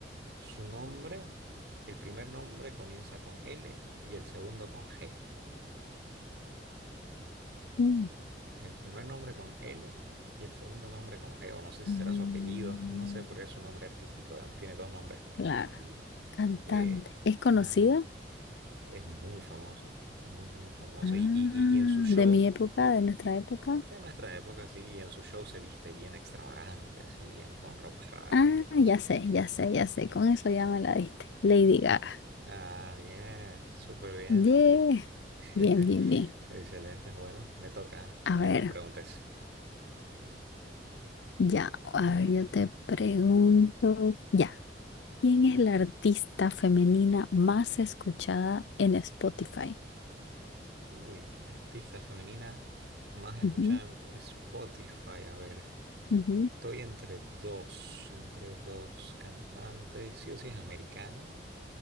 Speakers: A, on the right (about 75°); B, on the left (about 85°).
A: Su nombre, el primer nombre comienza con L y el segundo con G.
B: Mm,
A: El primer nombre con L y el segundo nombre con G, o no sé si
B: mm,
A: será su apellido, <laughs> no sé por qué es su nombre artístico, digamos, tiene dos nombres.
B: claro,
A: Y,
B: cantante.
A: eh,
B: ¿Es conocida?
A: ajá, es muy famosa, muy, muy famosa.
B: Ah,
A: Y, y, y y en sus shows,
B: de mi época, de nuestra época.
A: de nuestra época, sí, y en sus shows se viste bien extravagante, así bien con ropas raras
B: Ah,
A: y cosas.
B: ya sé, ya sé, ya sé. Con eso ya me la diste. Lady Gaga.
A: Ah, bien, súper bien,
B: Yeah.
A: <laughs>
B: Bien, bien, bien.
A: Excelente, bueno, me toca
B: A
A: que
B: ver,
A: me preguntes.
B: ya, a ver, yo te pregunto, ya, ¿quién es la artista femenina más escuchada en Spotify?
A: Uy, la artista femenina más escuchada
B: Ujú,
A: en Spotify. A ver,
B: ujú.
A: estoy entre dos, entre dos cantantes. Sí o sí es americana.